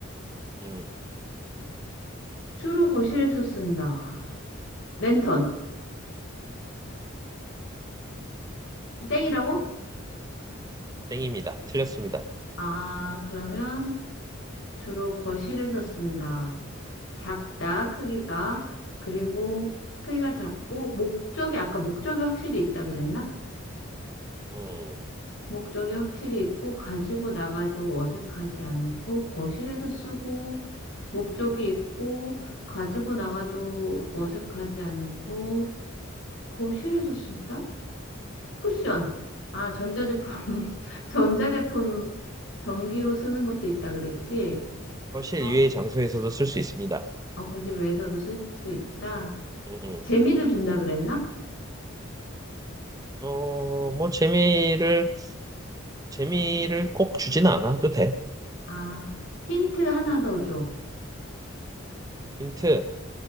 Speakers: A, on the right (about 20°); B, on the left (about 70°).
A: 음,
B: 주로 거실에서 쓴다. 랜턴. 땡이라고?
A: 땡입니다. 틀렸습니다.
B: 아, 그러면 주로 거실에서 쓴다. 작다, 크기가. 그리고 크기가 작고, 목적이, 아까 목적이 확실히 있다 그랬나?
A: 음,
B: 목적이 확실히 있고, 가지고 나가도 어색하지 않고, 거실에서 쓰고, 목적이 있고, 가지고 나가도 어색하지 않고, 거실에서 쓴다? 쿠션. 아, 전자제품, <laughs> 전자제품 전기로 쓰는 것도 있다 그랬지?
A: 거실
B: 아,
A: 이외의 장소에서도 쓸 수 있습니다.
B: 어, 거실 외에서도 쓸 수 있다.
A: 음, 음.
B: 재미를 준다 그랬나?
A: 어, 뭐 재미를 재미를 꼭 주진 않아도 돼.
B: 아, 힌트 하나 더 줘.
A: 힌트.